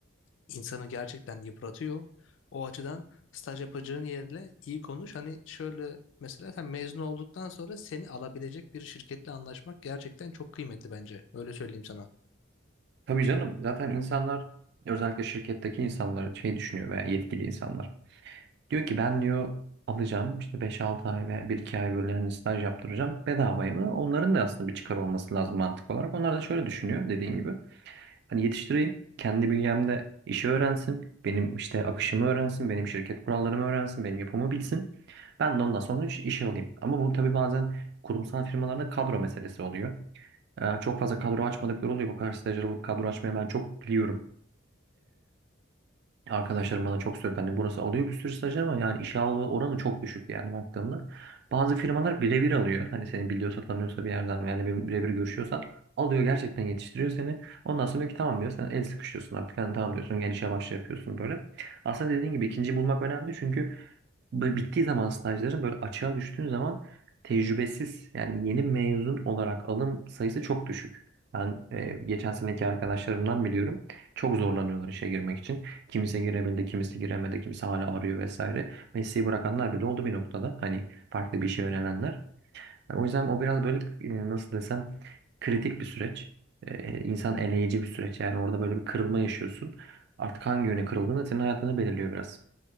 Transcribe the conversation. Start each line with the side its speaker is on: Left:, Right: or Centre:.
Left: İnsanı gerçekten yıpratıyor. O açıdan staj yapacağın yerle iyi konuş. Hani şöyle mesela sen mezun olduktan sonra seni alabilecek bir şirketle anlaşmak gerçekten çok kıymetli bence. Öyle söyleyeyim sana.
Right: Tabii canım zaten insanlar özellikle şirketteki insanlar şey düşünüyor veya yetkili insanlar. Diyor ki ben diyor alacağım işte beş altı ay veya bir iki ay böyle hani staj yaptıracağım bedavaya. Onların da aslında bir çıkar olması lazım mantık olarak. Onlar da şöyle düşünüyor dediğin gibi. Hani yetiştireyim. Kendi bünyemde işi öğrensin. Benim işte akışımı öğrensin. Benim şirket kurallarımı öğrensin. Benim yapımı bilsin. Ben de ondan sonra iş- işe alayım. Ama bu tabii bazen kurumsal firmalarda kadro meselesi oluyor. Ee, çok fazla kadro açmadıkları oluyor. Bu kadar stajyer alıp kadro açmayı ben çok biliyorum. Arkadaşlarım bana çok söyledi. Hani burası alıyor bir sürü stajyer ama yani işe alma oranı çok düşük yani baktığımda. Bazı firmalar birebir alıyor. Hani seni biliyorsa tanıyorsa bir yerden yani bir- birebir görüşüyorsan alıyor gerçekten yetiştiriyor seni. Ondan sonra diyor ki tamam diyor sen el sıkışıyorsun artık. Hani tamam diyorsun gel işe başla yapıyorsun böyle. Aslında dediğin gibi ikinciyi bulmak önemli çünkü böyle bittiği zaman stajların böyle açığa düştüğün zaman tecrübesiz yani yeni mezun olarak alım sayısı çok düşük. Ben e, geçen seneki arkadaşlarımdan biliyorum. Çok zorlanıyorlar işe girmek için. Kimisi girebildi, kimisi giremedi, kimisi hala arıyor vesaire. Mesleği bırakanlar bile oldu bir noktada. Hani farklı bir işe yönelenler. Yani o yüzden o biraz böyle e, nasıl desem kritik bir süreç. E, insan eleyici bir süreç. Yani orada böyle bir kırılma yaşıyorsun. Artık hangi yöne kırıldığın da senin hayatını belirliyor biraz.